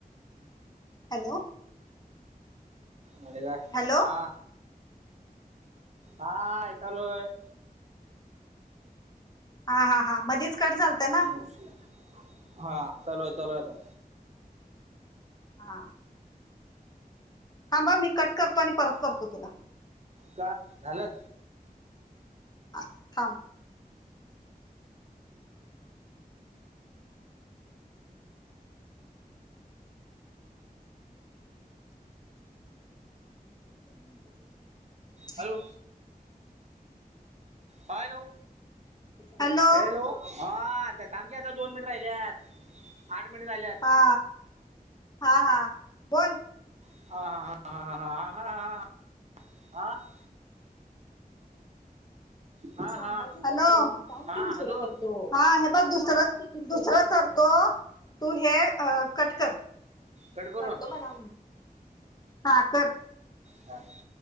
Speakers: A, on the left; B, on the right.
A: हॅलो
B: आणि काय
A: हॅलो
B: हा हा ऐकालोय
A: हा हा हां मध्येच कट झालता ना
B: तेचं की हा चालूय चालू हाय आता
A: हां हां थांब मी कट करतो आणि परत करतो तुला
B: का झालं
A: हां थांब बघ किती मिनटाच झालं हे
B: हॅलो हॅलो
A: आहे
B: हॅलो हा थांब की आता दोन मिनट राहिल्यात आठ मिनट झाल्यात
A: हा हा हा बोल
B: हा हा हा हा ह हा हा ह हा हा
A: सांगायच
B: हा
A: ह सांग
B: हा
A: की दुसरं
B: हॅलो
A: करतो. हा हे बघ दुसरं दुसरं करतो तू हे कट कर.
B: कट करू
A: करतो
B: हा
A: मला हा कर.
B: हा